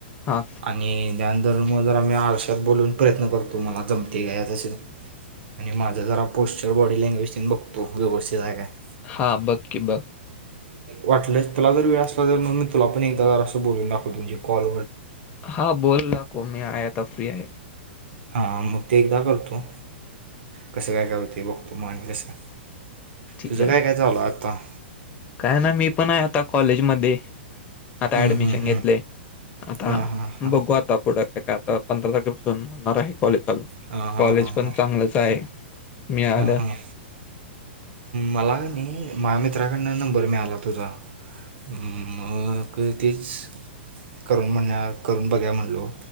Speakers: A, on the left; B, on the right.
A: हा
B: आणि त्यानंतर म जर आम्ही आरशात बोलून प्रयत्न करतो मला जमतंय काय तसं. आणि माझा जरा पोस्चर बॉडी लँग्वेज बघतो व्यवस्थित आहे काय.
A: हा बघ की बघ.
B: वाटलं तुला जर वेळ असला तर मी तुला पण एकदा जरास बोलून दाखवतो म्हजे कॉल
A: हा बोल ना को मी आता फ्री आहे.
B: हा मग ते एकदा करतो कसं काय काय होते बघतो मग आणि कसं.
A: ठीक
B: तुझं
A: आहे
B: काय काय
A: ठीक
B: चालू हाय आता?
A: काय ना मी पण आहे आता कॉलेजमध्ये आता
B: हं,
A: ऍडमिशन
B: हं, हं.
A: घेतले आता
B: हां हां हां
A: बघू आता पुढ का आता पंधरा तारखेपासून होणार आहे. कॉलेज चालू
B: हां हां
A: कॉलेज
B: हां
A: पण
B: हां
A: चांगलंच आहे मिळालं.
B: हां हां मला कणी माझ मित्राकडनं नंबर मिळाला तुझा. मग तेच. करून म्हण करून बघूया म्हणलो